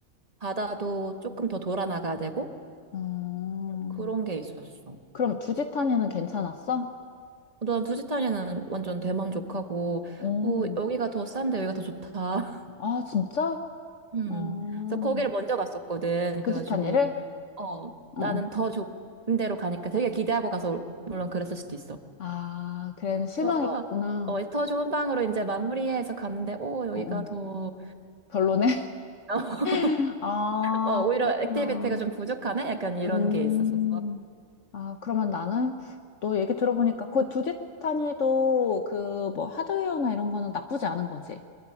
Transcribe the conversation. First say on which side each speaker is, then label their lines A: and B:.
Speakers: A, on the right; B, on the left.
A: 바다도 조금 더 돌아 나가야 되고
B: 음,
A: 음, 그런 게 있었어.
B: 그럼 두지타니는 괜찮았어?
A: 난 부지타니는 완전 대만족하고
B: 오,
A: 뭐 여기가 더 싼데 여기가 더 좋다. <laughs>
B: 아, 진짜?
A: 음.
B: 어,
A: 그래서 거기를 먼저 갔었거든.
B: 두지타니를?
A: 그래가지고 어,
B: 어,
A: 나는
B: 어.
A: 더 좋은 데로 가니까 되게 기대하고 가서 물론 그랬을 수도 있어.
B: 아, 그래는 실망했겠구나.
A: 그래서 어, 어, 더 좋은 방으로 이제 마무리해서 갔는데 오 여기가
B: 어, 어.
A: 더
B: 별로네.
A: <laughs>
B: <laughs> 아,
A: 어, 오히려
B: 그랬구나.
A: 액티비티가 좀 부족하네? 약간 이런
B: 음.
A: 게 있었어서.
B: 아, 그러면 나는 너 얘기 들어보니까 그 두지타니도 그 뭐 하드웨어나 이런 거는 나쁘지 않은 거지.